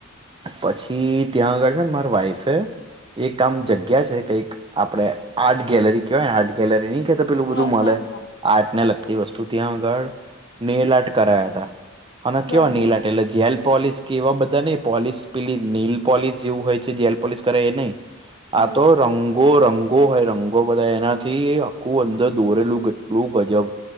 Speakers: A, on the right; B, on the left.
A: પછી ત્યાં આગળ છે ને મારા વાઈફે એક આમ જગ્યા છે. કઈક આપડે આર્ટ ગેલરી કેવાય આર્ટ ગેલરીની તો પેલું
B: હા
A: બધું મલે
B: હા હા
A: આર્ટને લગતી વસ્તુ ત્યાં આગળ નેલ આર્ટ કરાયા હતા. અને
B: બરાબર
A: કેવા નેલઆર્ટ એટલે જેલ પોલિશ કે એવા બધા નહીં પોલિશ પેલી નેઇલ પોલિશ જેવું હોય છે જેલ પોલિશ કરે એ નહીં.
B: હા
A: આ તો રંગો રંગ રંગો હોય રંગો બધા એનાથી આખું અંદર દોરેલું કેટલું ગજબ